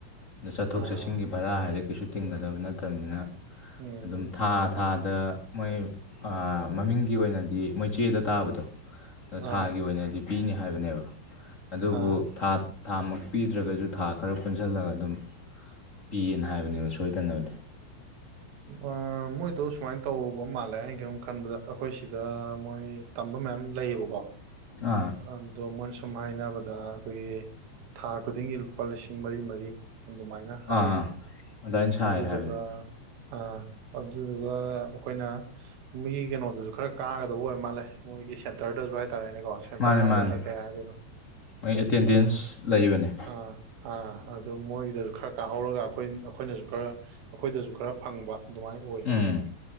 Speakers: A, on the left; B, on the right.
A: ꯑꯗꯣ ꯆꯠꯊꯣꯛ
B: ꯑꯥ
A: ꯆꯠꯁꯤꯟꯒꯤ ꯚꯔꯥ ꯍꯥꯏꯔꯦ ꯀꯩꯁꯨ ꯇꯤꯡꯒꯗꯕ ꯅꯠꯇꯕꯅꯤꯅ
B: ꯎꯝ
A: ꯑꯗꯨꯝ ꯊꯥ ꯊꯥꯗ ꯃꯣꯏ ꯃꯃꯤꯡꯒꯤ ꯑꯣꯏꯅꯗꯤ ꯃꯣꯏ ꯆꯦꯗ ꯇꯥꯕꯗꯣ ꯑꯗꯣ ꯊꯥꯒꯤ
B: ꯑꯥ
A: ꯑꯣꯏꯅꯗꯤ ꯄꯤꯅꯤ ꯍꯥꯏꯕꯅꯦꯕ ꯑꯗꯨꯕꯨ
B: ꯑꯥ
A: ꯊꯥ ꯊꯥ ꯃ ꯄꯤꯗ꯭ꯔꯒꯁꯨ ꯊꯥ ꯈꯔ ꯄꯨꯟꯁꯤꯜꯂꯒ ꯑꯗꯨꯝ ꯄꯤꯌꯦꯅ ꯍꯥꯏꯕꯅꯦꯕ ꯁꯣꯏꯗꯅꯕꯗꯤ
B: ꯎ ꯃꯣꯏꯗꯣ ꯁꯨꯃꯥꯏꯅ ꯇꯧꯕ ꯃꯥꯜꯂꯦ ꯑꯩ ꯀꯨꯝ ꯈꯟꯕꯗ ꯑꯩꯈꯣꯏ ꯁꯤꯗ ꯃꯣꯏ ꯇꯝꯕ ꯃꯌꯥꯝ ꯂꯩꯌꯦꯕꯀꯣ
A: ꯑꯥ
B: ꯑꯗꯣ ꯃꯣꯏꯅ ꯁꯨꯝ ꯍꯥꯏꯅꯕꯗ ꯑꯩꯈꯣꯏꯒꯤ ꯊꯥ ꯈꯨꯗꯤꯡꯒꯤ ꯂꯨꯄꯥ ꯂꯤꯁꯤꯡ ꯃꯔꯤ ꯃꯔꯤ ꯑꯗꯨꯃꯥꯏꯅ ꯍꯥꯏꯌꯦ
A: ꯑꯥ ꯑꯥ ꯑꯗꯨꯃꯥꯏꯅ ꯁꯥꯏ
B: ꯑꯗꯗꯨꯒ
A: ꯍꯥꯏꯕꯅꯤ
B: ꯑꯥ ꯑꯗꯨꯗꯨꯒ ꯑꯩꯈꯣꯏꯅ ꯃꯣꯏꯒꯤ ꯀꯩꯅꯣꯗꯨꯁꯨ ꯈꯔ ꯀꯥꯒꯗꯕ ꯑꯣꯏꯔ ꯃꯥꯜꯂꯦ ꯃꯣꯏꯒꯤ ꯁꯦꯟꯇ꯭ꯔꯔ ꯆ ꯇꯔꯦꯅꯦꯀꯣ ꯁꯦꯟꯇꯔ
A: ꯃꯥꯅꯦ
B: ꯍꯥꯏꯒꯗ꯭ꯔꯥ
A: ꯃꯥꯅꯦ
B: ꯀꯩ ꯍꯥꯏꯗꯣꯏꯅꯣ
A: ꯃꯣꯏ ꯑꯦꯇꯦꯟꯗꯦꯟꯁ
B: ꯑꯗꯣ
A: ꯂꯩꯕꯅꯦ
B: ꯑꯥ ꯑ ꯑꯗꯨ ꯃꯣꯏꯒꯤꯗꯁꯨ ꯈꯔ ꯀꯥꯍꯧꯔꯒ ꯑꯩꯈꯣꯏ ꯑꯩꯈꯣꯏꯅꯁꯨ ꯈꯔ ꯑꯩꯈꯣꯏꯗꯁꯨ ꯈꯔ ꯐꯪꯕ ꯑꯗꯨꯃꯥꯏꯅ ꯑꯣꯏ
A: ꯎꯝ